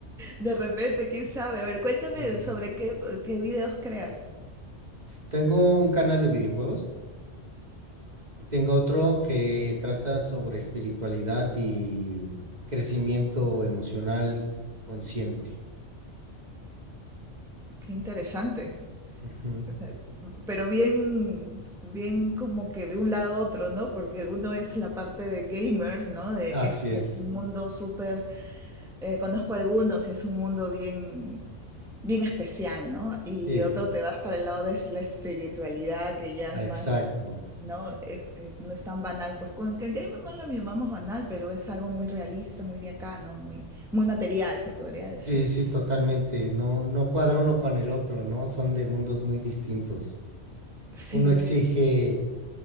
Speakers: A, in the centre; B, on the right.
A: de repente, quién sabe. A ver, cuéntame
B: Sí.
A: sobre qué, qué videos creas.
B: Tengo un canal de videojuegos y tengo otro que trata sobre espiritualidad y crecimiento emocional consciente.
A: Qué interesante.
B: Ujú.
A: O sea, pero bien, bien como que de un lado a otro, ¿no? Porque uno es la parte de gamers, ¿no? De
B: Así
A: que es, que
B: es.
A: es un mundo súper eh, conozco algunos y es un mundo bien, bien especial, ¿no? Y
B: Sí,
A: otro te vas para el lado de la espiritualidad, que ya
B: ah,
A: es más,
B: exacto.
A: ¿no? Es, es- no es tan banal. Pues con que el gamer no lo llamamos banal, pero es algo muy realista, muy de acá, ¿no? Muy, muy material, se podría decir.
B: Sí, sí, totalmente. No, no cuadra uno con el otro, ¿no? Son de mundos muy distintos.
A: Sí,
B: Uno exige